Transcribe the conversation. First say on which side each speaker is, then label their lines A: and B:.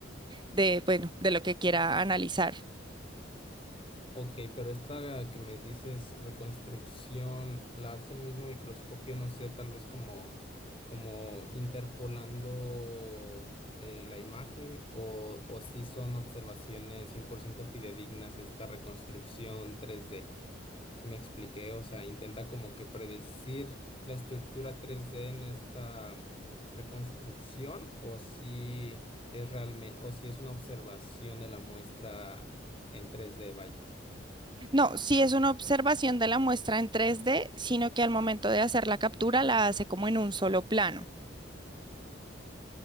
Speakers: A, on the right (about 25°); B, on the left (about 30°).
A: de, bueno, de lo que quiera analizar.
B: Ok, pero esta que me dices reconstrucción, ¿la hace el mismo microscopio, no sé, tal vez como, como interpolando eh, la imagen o, o si son observaciones 100% fidedignas esta reconstrucción tres d Si me expliqué, o sea, intenta como que predecir la estructura tres d en esta reconstrucción o si es realmente, o si es una observación de la muestra en tres d vaya.
A: No, sí es una observación de la muestra en 3D, sino que al momento de hacer la captura la hace como en un solo plano.